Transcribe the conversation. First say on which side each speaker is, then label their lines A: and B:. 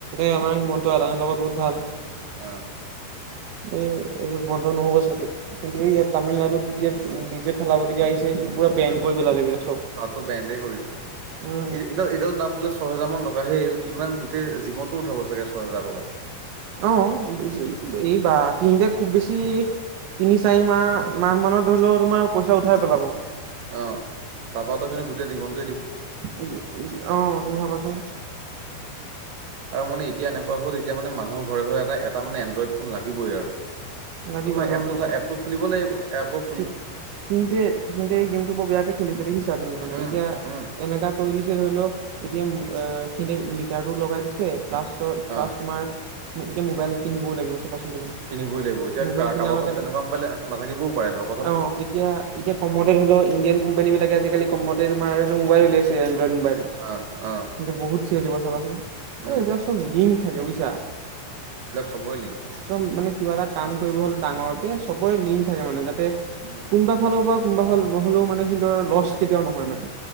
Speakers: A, on the right; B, on the right.
A: আমাৰ হিমন্ত আদানীৰ লগত বহুত ভাল',
B: আহ'।
A: এই এইবোৰ বন্ধ নহ'ব চাগে? কিন্তু ইয়াত তামিলনাডুত যেতিয়া বিজয় থালাপতি যে আহিছে সি পূৰা বেন কৰিব পেলালে এইবিলাক চব',
B: তাতটো ব্ৰেণ্ডে কৰিছে,
A: উম।
B: এই এইডাল এইডাল দাম বোলে ছয় হেজাৰ মান টকাহে কিমান গোটেই', জীৱনটো উঠাব চাগে ছয় হেজাৰ টকা'।
A: অ', এই বা সিংটেক কবি', <unintelligible> বেছি, তিনি চাৰি মাহ মাহ মানত ধৰি ল, তোমাৰ পইচা উঠাই পেলাব।
B: অ', তাৰপৰাটো কিন্তু গোটেই জীৱন',
A: উ', - উ', আহ তুমি ভাবাচোন',
B: আৰু মানে এতিয়া এনেকুৱা হ'ল এতিয়া মানে মানুহৰ ঘৰে ঘৰে এটা এটা মানে এণ্ড্ৰইড ফোন লাগিবই আৰু।
A: লাগিবই
B: ত', তই
A: নহ'লে
B: এপটো
A: নব
B: থয় এপটোত খুলিব লাগিব এপ',
A: সি যে সিহঁতে এই গেমটো বৰ বেয়াকে খেলিছে দেখিছা তুমি মানে,
B: উম
A: এতিয়া
B: উম
A: এনেকা কৰি দিছে ধৰি লওক', এতিয়া অ', এইখিনিতে মিটাৰটো লগাই দিছে প্লাছ তই প্লাছ
B: অ
A: তোমাৰ', এতিয়া মোবাইল কিনিবও লাগিব চাবাচোন', তুমি
B: কিনিবই লাগিব এতিয়া ক
A: মোবাইল কিনাৰ
B: কাৰোবাৰ
A: লগে
B: ঘৰত
A: লগে
B: তেনেকুৱা মোবাইল নাথাকিবও পাৰে ধৰক',
A: অ', এতিয়া, এতিয়া কমতে ধৰি লও ইণ্ডিয়ান কোম্পানী বিলাকে আজিকালি কমতে তোমাৰ মোবাইল উলিয়াইছে', মোবাইল ',
B: অ অ
A: এইবিলাক বহুত চেল দিব চাবাচোন
B: উম
A: এই এইবিলাক চব লিংক থাকে বুজিছা',
B: সবৰে লিংক',
A: চব মানে কিবা এটা কাম কৰিব হ'লে ডাঙৰকে সবৰে লিংক থাকে মানে যাতে
B: উম
A: কোনোবা ফালৰ পৰা', কোনোবা ফালে হ'লে নহ'লেও মানে কিন্তু আৰু লছ কেতিয়াও নহয় মানে।